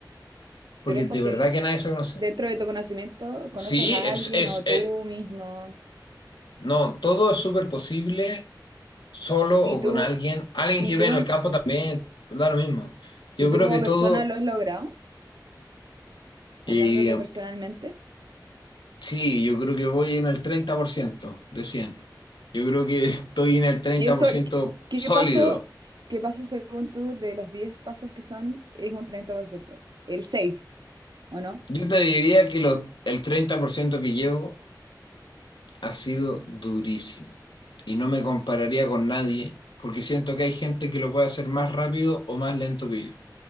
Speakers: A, on the left (about 80°); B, on the right (about 70°).
A: porque
B: pero es
A: de
B: posible.
A: verdad que nadie se conoce.
B: Dentro de tu conocimiento, conoces
A: Sí,
B: a
A: es,
B: alguien
A: es,
B: o tú
A: es-
B: mismo,
A: no, todo es súper posible solo
B: y
A: o
B: tú,
A: con alguien. Alguien
B: y
A: que
B: tú,
A: vive en el campo también da lo mismo. Yo
B: y tú
A: creo
B: como
A: que todo,
B: persona lo has logrado, hablándote
A: eh,
B: personalmente.
A: sí, yo creo que voy en el 30% de 100. Yo creo que estoy en el 30%
B: ¿Y eso qué
A: sólido.
B: qué pasó? ¿Qué pasó según tú de los 10 pasos que son? Es un treinta por ciento El seis ¿o no?
A: Yo te diría que lo- el 30% que llevo ha sido durísimo. Y no me compararía con nadie, porque siento que hay gente que lo puede hacer más rápido o más lento que yo.